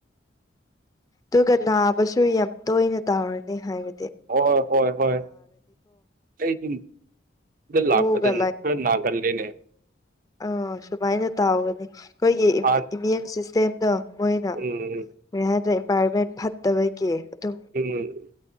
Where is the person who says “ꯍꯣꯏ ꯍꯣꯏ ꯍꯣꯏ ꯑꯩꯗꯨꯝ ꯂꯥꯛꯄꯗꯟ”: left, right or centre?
Right